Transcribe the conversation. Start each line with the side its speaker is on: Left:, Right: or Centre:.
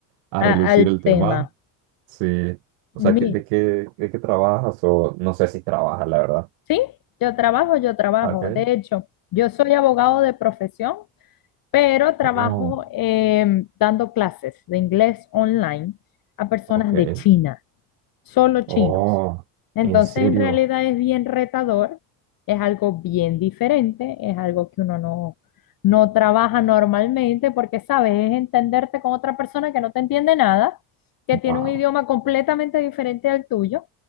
Right: a
Left: a-
Right: relucir
Left: al
Right: el tema.
Left: tema.
Right: Sí, o sea,
Left: Mi,
Right: ¿qué- ¿de qué, de qué trabajas? O no sé si trabajas, la verdad.
Left: sí, yo trabajo, yo trabajo.
Right: Okay.
Left: De hecho, yo soy abogado de profesión, pero trabajo
Right: Oh,
Left: em, dando clases de inglés online a personas
Right: ok.
Left: de China. solo chinos.
Right: Oh,
Left: Entonces,
Right: ¿en serio?
Left: en realidad es bien retador, es algo bien diferente, es algo que uno no, no trabaja normalmente porque, sabes, es entenderte con otra persona que no te entiende nada, que tiene
Right: Wow,
Left: un idioma completamente diferente al tuyo,